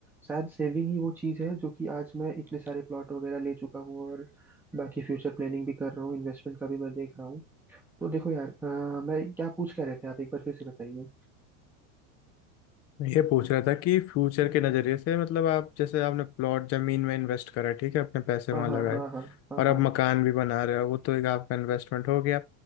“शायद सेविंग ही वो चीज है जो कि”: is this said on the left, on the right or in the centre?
Centre